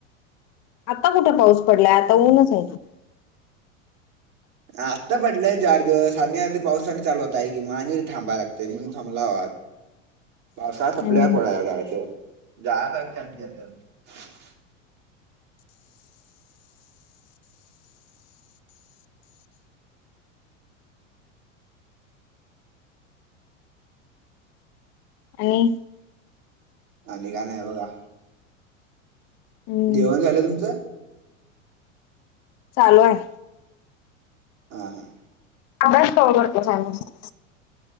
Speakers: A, on the left; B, on the right.
A: आता कुठं पाऊस पडलाय आता ऊनच आहे की.
B: आत्ता पडलंय चार दिवस आणि अधदी पावसानी चालू होत आहे कि वा. आणि थांबाय लागतेय म्हणून थांबलाव आज
A: <inaudible>
B: पावसाळा संपला
A: हम्म
B: की पळायला जायचं. <unintelligible>
A: आणि
B: आणि काय नाही बघा.
A: हम्म
B: जेवण झालं तुमचं?
A: चालू आहे.
B: हा‌ -हा.
A: अभ्यास <unintelligible> चालू असतो.